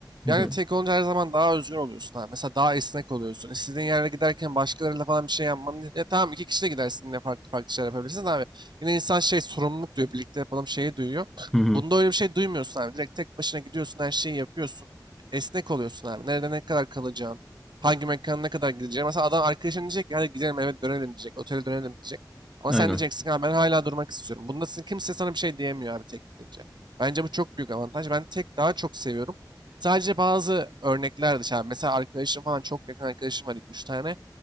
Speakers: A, in the centre; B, on the right.
A: Hı
B: Yani
A: hı.
B: tek olunca her zaman daha özgür oluyorsun. Ha. Mesela daha esnek oluyorsun. İstediğin yerde giderken başkalarıyla falan bir şey yapman. Ya tamam iki kişi de gidersin yine farklı farklı şeyler yapabilirsiniz abi. Yine insan şey sorumluluk diyor. Birlikte yapalım şeyi duyuyor.
A: Hı hı.
B: Bunda öyle bir şey duymuyorsun abi. Direkt tek başına gidiyorsun her şeyi yapıyorsun. Esnek oluyorsun abi. Nerede ne kadar kalacağın. Hangi mekana ne kadar gideceğin. Mesela adam arkadaşın diyecek ki hadi gidelim eve dönelim diyecek. Otele dönelim diyecek. Ama
A: Aynen.
B: sen diyeceksin abi ben hala durmak istiyorum. Bunda sin- kimse sana bir şey diyemiyor abi tek gidince. Bence bu çok büyük avantaj. Ben tek daha çok seviyorum. Sadece bazı örnekler dışarı. Mesela arkadaşım falan çok yakın arkadaşım var 2-3 tane.